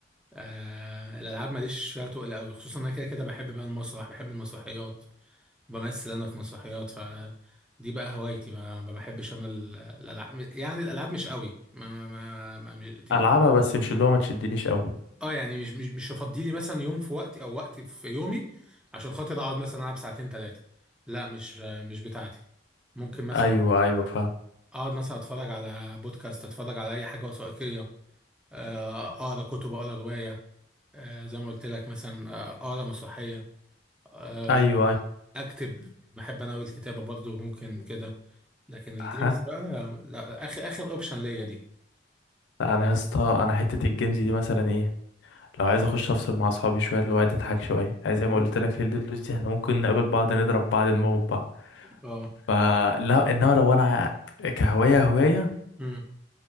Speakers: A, in the centre; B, on the left (about 70°).
A: آه الالعاب ماليش فيها تقل قوي خصوصا انا كده كده بحب بقى المسرح بحب المسرحيات بمثل انا في مسرحيات ف دي بقى هوايتي ما ما بحبش انا ال- الالعاب يعني الالعاب مش قوي ما ما ما ما-
B: ألعبها بس مش اللي هو ما تشدنيش أوي
A: اه يعني مش مش مش هفضي لي مثلا يوم في وقتي او وقت في يومي عشان خاطر اقعد مثلا العب ساعتين ثلاثه لا مش مش بتاعتي ممكن مثلا
B: أيوه أيوه فاهم
A: اقعد مثلا اتفرج على بودكاست اتفرج على اي حاجه وثائقيه آه، اقرا كتب اقرا روايه آه، زي ما قلت لك مثلا آه، اقرا مسرحيه آه،
B: أيوه أيوه
A: اكتب بحب انا قوي الكتابه برضو ممكن كده لكن الجيمز
B: ها
A: بقى لا اخر اخر اوبشن ليا دي
B: لا أنا يا اسطى أنا حتة الجيمز دي مثلا إيه لو عايز أخش أفصل مع أصحابي شوية اللي هو عايز أضحك شوية عايز زي ما
A: مم.
B: قلت لك هي الفلوس دي إحنا ممكن نقابل بعض نضرب بعض نموت بعض
A: اه
B: فلا إنما لو أنا كهواية هواية
A: امم